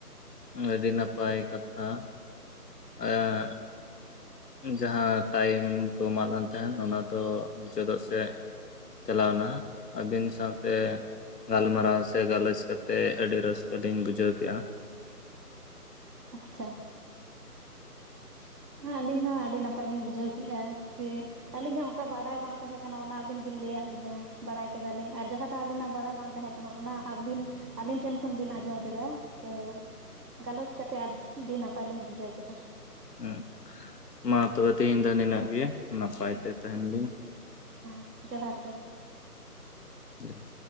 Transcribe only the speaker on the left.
ᱟᱹᱰᱤ ᱱᱟᱯᱟᱭ ᱠᱟᱛᱷᱟ ᱟᱸ ᱡᱟᱦᱟᱸ ᱴᱟᱭᱤᱢ ᱠᱚ ᱮᱢᱟᱜ ᱞᱟᱝ ᱛᱟᱦᱮᱱ ᱚᱱᱟ ᱫᱚ ᱢᱩᱪᱟᱹᱫᱚᱜ ᱥᱮ ᱪᱟᱞᱟᱣᱮᱱᱟ ᱾ ᱟᱹᱵᱤᱱ ᱥᱟᱶᱛᱮ ᱜᱟᱞᱢᱟᱨᱟᱣ ᱥᱮ ᱜᱟᱞᱚᱪ ᱠᱟᱛᱮᱫ ᱟᱹᱰᱤ ᱨᱟᱹᱥᱠᱟᱹ ᱞᱤᱧ ᱵᱩᱡᱷᱟᱹᱣ ᱠᱮᱫᱼᱟ᱾
<inaudible>
ᱦᱮᱸ ᱢᱟ ᱛᱚᱵᱮ ᱛᱮᱦᱮᱧ ᱫᱚ ᱱᱤᱱᱟᱹᱜ ᱜᱮ ᱱᱟᱯᱟᱭ
ᱛᱮ ᱛᱟᱦᱮᱱ ᱵᱤᱱ᱾
ᱡᱚᱦᱟᱨ